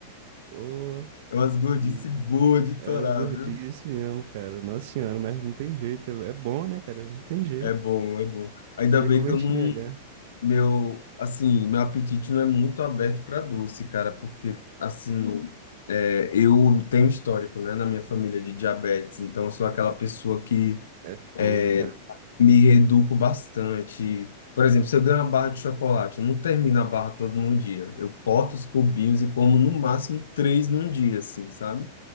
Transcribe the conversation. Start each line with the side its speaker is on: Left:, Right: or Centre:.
Right: Ô,
Left: É umas gordice
Right: e
Left: boas de
Right: é
Left: torar,
Right: umas gordices
Left: viu?
Right: mesmo, cara. Nossa senhora, mas não tem jeito. É é bom, né, cara? Não tem jeito.
Left: É bom, é bom. Ainda
Right: Não tem
Left: bem
Right: como
Left: que
Right: a
Left: eu
Right: gente
Left: não.
Right: negar.
Left: Meu, assim, meu apetite não é muito aberto para doce, cara, porque, assim, é, eu tenho histórico, né, na minha família de diabetes, então eu sou aquela pessoa que
Right: É fogo,
Left: é,
Right: cara.
Left: me reduzo bastante. Por exemplo, se eu ganho uma barra de chocolate, eu não termino a barra toda num dia. Eu corto os cubinhos e como no máximo três num dia, assim, sabe?